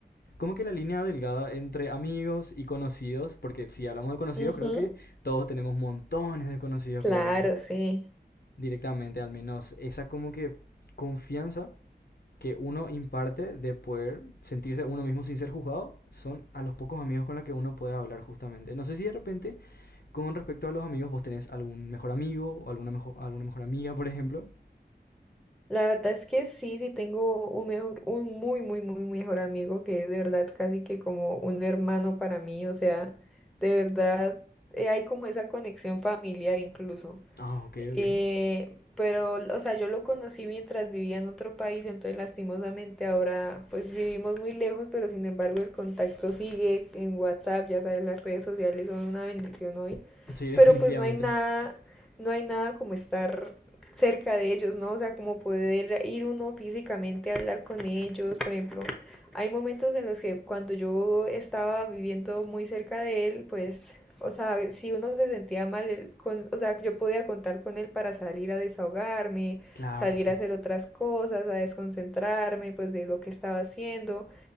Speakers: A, on the left; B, in the centre.
A: como que la línea delgada entre amigos y conocidos, porque si hablamos de conocidos,
B: Ujú.
A: creo que todos tenemos montones de conocidos,
B: Claro,
A: creo yo,
B: sí.
A: directamente, al menos esa como que confianza que uno imparte de poder sentirse uno mismo sin ser juzgado son a los pocos amigos con los que uno puede hablar justamente. No sé si de repente con respecto a los amigos vos tenés algún mejor amigo o alguna mejor, alguna mejor amiga, por ejemplo.
B: La verdad es que sí, sí tengo un mejor, un muy, muy, muy mejor amigo que es de verdad casi que como un hermano para mí. O sea, de verdad eh, hay como esa conexión familiar incluso.
A: Ah, ok,
B: Eh,
A: ok.
B: pero, o sea, yo lo conocí mientras vivía en otro país, entonces lastimosamente ahora pues vivimos muy lejos, pero sin embargo el contacto sigue en WhatsApp, ya sabes, las redes sociales son una bendición hoy,
A: Sí, <laughs>
B: pero
A: definitivamente.
B: pues no hay nada, no hay nada como estar cerca de ellos, ¿no? O sea, como poder ir uno físicamente a hablar con ellos, por ejemplo, hay momentos en los que cuando yo estaba viviendo muy cerca de él, pues o sea, si uno se sentía mal, él con, o sea, yo podía contar con él para salir a desahogarme,
A: Claro,
B: salir
A: sí.
B: a hacer otras cosas, a desconcentrarme, pues, de lo que estaba haciendo.